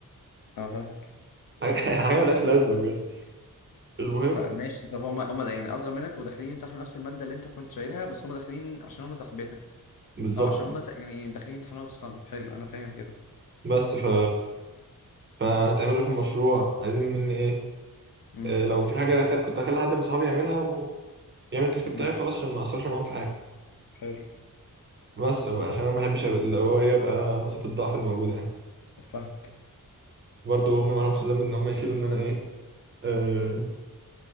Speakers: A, on the left (about 75°); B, on the right (about 35°).
A: اه فاهمك
B: <laughs> حاجه حاجة ملهاش لازمه بجد المهم
A: فماشي طب هما هما يعني اصغر منك وداخلين يمتحنوا نفس الماده اللي انت كنت شايلها بس هما داخلين عشان هما ساحبينها
B: بالظبط
A: اه عشان هم بس يعني داخلين يمتحنوها في السمر حلو انا فاهم كده
B: بس ف فهتعملوا ايه في المشروع عايزين مني ايه
A: امم
B: آه، لو في حاجه خد... كنت اخلي حد من صحابي يعملها ويعمل التاسك بتاعي
A: امم
B: وخلاص عشان ما اقصرش معاهم في حاجه
A: حلو
B: بس بقى عشان انا ما بحبش أبقى- اللي هو إيه، يبقى نقطه الضعف اللي موجوده يعني
A: فاهمك
B: برضو هم ما لهمش ذنب ان هم يشيلوا ان انا ايه آه،